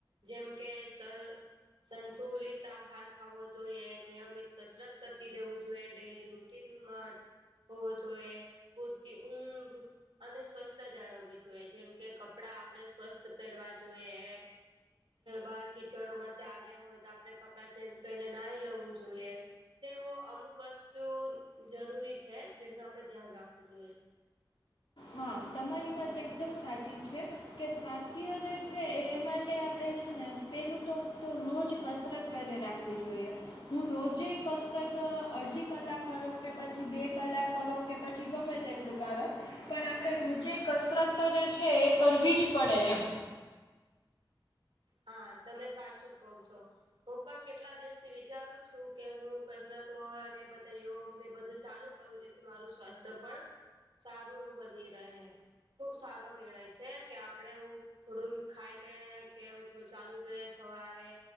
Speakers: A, on the right (about 85°); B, on the left (about 75°).
A: જેમ કે સર સંતુલિત આહાર ખાવો જોઈએ નિયમિત કસરત કરતી રહેવું જોઈએ ડેલી રૂટ ટીન મા હોવો જોઈએ પૂરતી ઊંઘ. અને સ્વચસ્છતા જાળવવી જોઈએ જેમ કે કપડા આપણેે સ્વસ્થ પહેરવા જોઈએ. બાર કિચડ માંથી આવ્યા હોય તો આપડે કપડાં ચેન્જ કરીને નાઈ લવવું જોઈએ. તેવું અમુક વસ્તુ જરૂરી છે જેમનું આપડે ધ્યાન રાખવું જોઈએ.
B: હા તમારી વાત એકદમ સાચી છે. કે સ્વાસ્થ્ય જે છે એ માટે આપણે છે ને પેલું તો રોજ કસરત કર્યા રાખવી જોઈએ. હું રોજે કસરત અડધી કલાક કરો કે પછી બે કલાક કરો કે પછી ગમે તેટલું કારો પણ આપણે રોજે કસરત તો જે છે એ કરવી જ પડે એમ.
A: હા તમે સાચું કહો છો. હું પણ કેટલા દિવસથી વિચારું છું કે હું કસરતો અને બધા યોગ ને બધું ચાલુ કરું જેથી મારું સ્વાસ્થ્ય પણ સારું એવું બની રહે ખૂબ સારો નિર્ણય છે કે આપણે એવુ થોડુંક ખાઈને કેવું થોડું ચાલવું જોઈએ સવારે